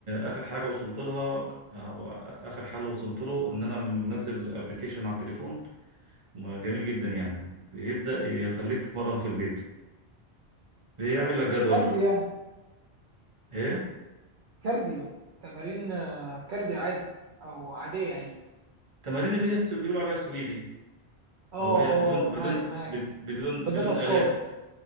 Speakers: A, on the right (about 30°); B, on the right (about 55°).
A: آخر حاجة وصلت لها أو آخر حل وصلت له إن أنا منزل أبلكيشن على التليفون ما جميل جدا يعني بيبدأ يخليك تتمرن في البيت بيعمل لك جدول
B: كارديو يعني
A: ايه
B: كارديو تمارين آه، كارديو عادي او عاديه يعني
A: التمارين اللي هي السو- بيقولوا عليها سويدي
B: اه
A: او هي بدون بدون
B: معاك معاك
A: بد- بدون
B: بدون
A: بدون
B: اثقال
A: آلات